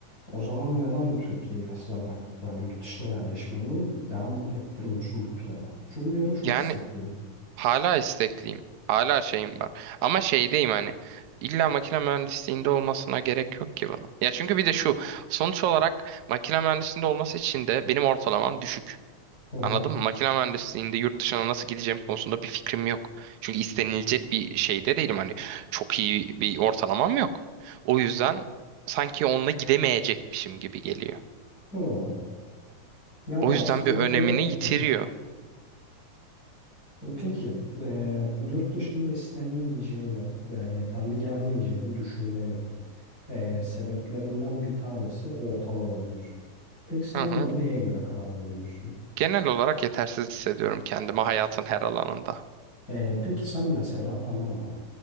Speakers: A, on the left; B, on the right.
A: O zaman neden Türkiye'yi mesela bırakıp da yurt dışına yerleşmeyi devam ettirmiyorsun bu plana? Çünkü bir ara çok
B: Yani
A: istekliydin.
B: Hala istekliyim. Hala şeyim var. Ama şeydeyim hani. İlla makine mühendisliğinde olmasına gerek yok ki bunun. Ya çünkü bir de şu. Sonuç olarak makine mühendisliğinde olması için de benim ortalamam düşük.
A: Hı hı.
B: Anladın mı? Makine mühendisliğinde yurt dışına nasıl gideceğim konusunda bir fikrim yok. Çünkü istenilecek bir şeyde değilim. Hani çok iyi bir ortalamam yok. O yüzden sanki onunla gidemeyecekmişim gibi geliyor.
A: Hı. Yani
B: O
A: aslında
B: yüzden bir önemini
A: hani
B: yitiriyor.
A: e, peki e, yurt dışında istenilmeyeceğini veya yeterli gelmeyeceğini düşünmenin Ee, sebeplerinden bir tanesi ortalama diyor. Peki sen
B: Hı hı.
A: buna neye göre karar veriyorsun?
B: Genel olarak yetersiz hissediyorum kendimi hayatın her alanında.
A: Ee, peki sen mesela tamam mı?